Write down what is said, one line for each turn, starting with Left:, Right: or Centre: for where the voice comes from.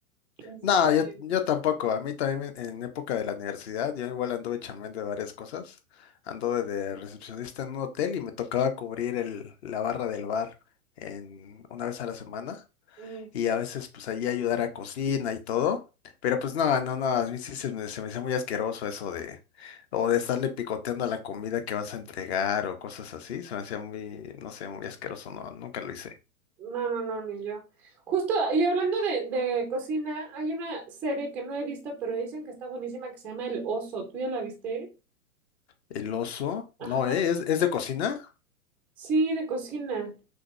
Centre: Este,
Left: No, yo, yo tampoco. A mí también en en época de la universidad, yo igual anduve chambeando de varias cosas. Anduve de recepcionista en un hotel y me tocaba cubrir el, la barra del bar en, una vez a la semana.
Centre: mm,
Left: Y a veces pues ahí ayudar a cocina y todo. Pero pues no, no, no, a mí sí se me, se me hacía muy asqueroso eso de, o de estarle picoteando a la comida que vas a entregar o cosas así. Se me hacía muy, no sé, muy asqueroso. No, nunca lo hice.
Centre: no, no, no, ni yo. Justo, y hablando de, de cocina, hay una serie que no he visto, pero dicen que está buenísima, que se llama El Oso. ¿Tú ya la viste?
Left: El oso,
Centre: Ajá,
Left: no, ¿eh? ¿Es, es de cocina?
Centre: sí, de cocina.